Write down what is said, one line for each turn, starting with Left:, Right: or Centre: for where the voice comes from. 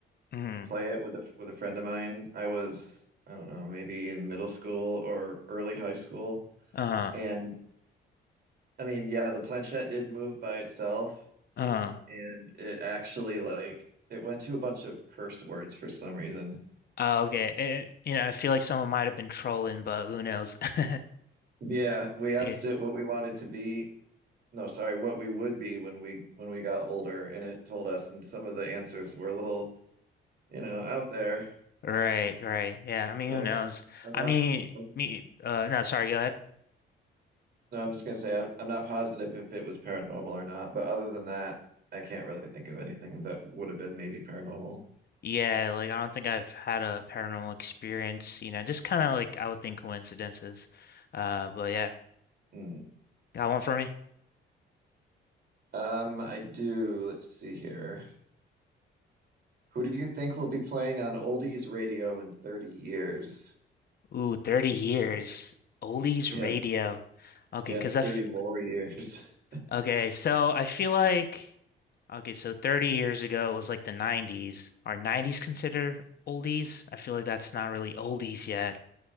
Left: Mm,
Right: play it with a with a friend of mine. I was I don't know, maybe in middle school or early high school.
Left: uh,
Right: And I mean, yeah, the planchette did move by itself
Left: uh,
Right: and it actually like it went to a bunch of curse words for some reason.
Left: uh, okay. eh, eh, you know, I feel like someone might have been trolling, but who knows? <laughs>
Right: Yeah, we asked
Left: Yeah,
Right: it what we wanted to be. No, sorry, what we would be when we when we got older, and it told us. And some of the answers were a little, you know, out there.
Left: right, right. Yeah, I mean,
Right: So
Left: who knows?
Right: I'm
Left: I
Right: not.
Left: mean,
Right: nope,
Left: me. Uh, no, sorry. Go ahead.
Right: No, I'm just gonna say I'm, I'm not positive if it was paranormal or not. But other than that, I can't really think of anything that would have been maybe paranormal.
Left: Yeah, like I don't think I've had a paranormal experience. You know, just kind of like I would think coincidences. Uh, but yeah,
Right: Hmm.
Left: got one for me.
Right: Um, I do. Let's see here. Who do you think will be playing on oldies radio in 30 years?
Left: Ooh, 30 years. Ollie's
Right: Yeah,
Left: radio. Okay,
Right: yeah,
Left: cause I
Right: 30
Left: f
Right: more years. <laughs>
Left: okay, so I feel like okay, so 30 years ago was like the 90s. Are 90s considered oldies? I feel like that's not really oldies yet.